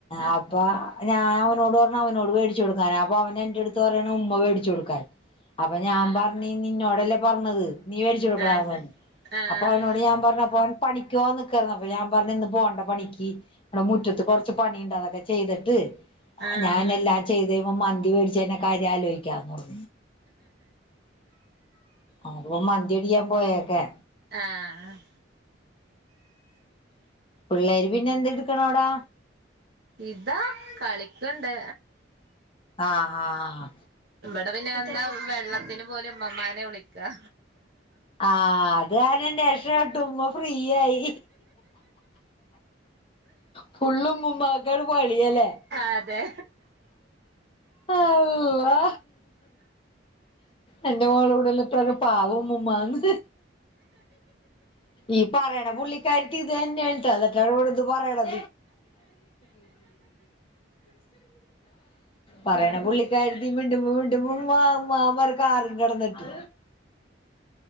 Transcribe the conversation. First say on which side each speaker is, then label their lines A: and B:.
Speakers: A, on the left (about 30°); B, on the right (about 55°).
A: ആപ്പോ അത് ഞാൻ അവനോടു പറഞ്ഞു അവനോട് മേടിച്ചു കൊടുക്കാൻ അപ്പോ അവൻ എൻ്റടുത്തു പറയാണു ഉമ്മ വേടിച്ചു കൊടുക്കാൻ അപ്പോ ഞാൻ പറഞ്ഞു നിന്നോടല്ലേ പറഞ്ഞത് നീ വേടിച്ചു കൊടുക്കടാന്ന്
B: ആഹ് ആഹ്
A: പറഞ്ഞു
B: ആഹ്
A: അപ്പ അവനോട് ഞാൻ പറഞ്ഞു അപ്പ അവൻ പണിക്ക് പോകാൻ നിക്കയാർന്ന് അപ്പോ ഞാൻ പറഞ്ഞു ഇന്നിപ്പോ പോണ്ട പണിക്ക് ഇവിടെ മുറ്റത്ത് കൊർ ണ്ട് അതൊക്കെ ചെയ്തിട്ട്
B: ആഹ്
A: ആ
B: ആഹ്
A: ഞാനല്ല ചെയ്തേ അവൻ മന്തി മേടിച്ചു തര് ന കാര്യം ആലോചിക്കാന്ന് പറഞ്ഞു അവൻ പ്പോ മന്തിമേടിക്കാൻ പേയേക്കേ
B: ആ ആ
A: പിള്ളേര് പിന്നെ എന്തെടുക്കണവിടാ?
B: ഇതാ കളിക്ക്ണ്ട്
A: ആ ആഹ് ഹാ
B: ഇവിടെ പിന്നെ എന്താ വെള്ളത്തിനു പോലും ഇമ്മാമ്മാനെയാ വിളിക്യാ
A: ആ അത് കാരണം രക്ഷപെട്ടു ഉമ്മ ഫ്രീയായി ഫുള്ളും ഉമ്മുമ്മാക്കാണ് പണിയല്ലേ?
B: അതെ
A: അള്ളാ എൻ്റെ മോളോട് <unintelligible> പാവം ഉമ്മൂമ്മാന്ന് ഈ പറയണ പുള്ളിക്കാരത്തീം ഇതു തന്നെയാണ് ട്ടോ <unintelligible> ഇവിടിരുന്ന് പറയണത് പറയണ പുള്ളിക്കാരത്തി മിണ്ടുമ്പോ വിണ്ടുമ്പോ ഉമ്മാ ഉമ്മാന്നും പറഞ്ഞ് കാറും കെടന്നിട്ട്